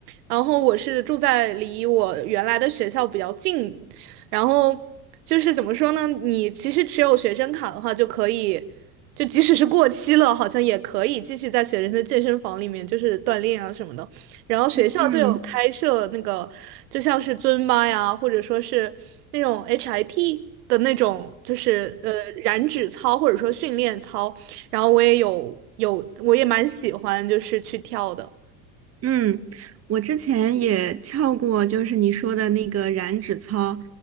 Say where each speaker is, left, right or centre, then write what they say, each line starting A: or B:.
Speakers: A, on the right; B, on the right.
A: 然后我是住在离我原来的学校比较近，然后就是怎么说呢，你其实持有学生卡的话就可以，就即使是过期了，好像也可以继续在学生的健身房里面就是锻炼啊什么的。然后学校就有开设那个，
B: 嗯。
A: 就像是尊巴呀，或者说是那种 HIT 的那种，就是呃燃脂操或者说训练操。然后我也有有，我也蛮喜欢，就是去跳的。
B: 嗯，我之前也跳过，就是你说的那个燃脂操，